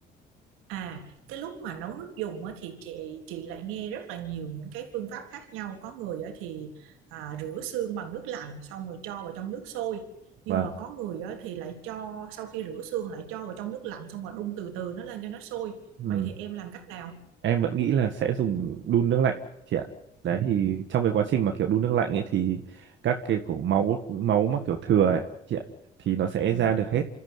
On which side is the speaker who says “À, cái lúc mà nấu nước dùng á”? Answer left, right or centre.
Right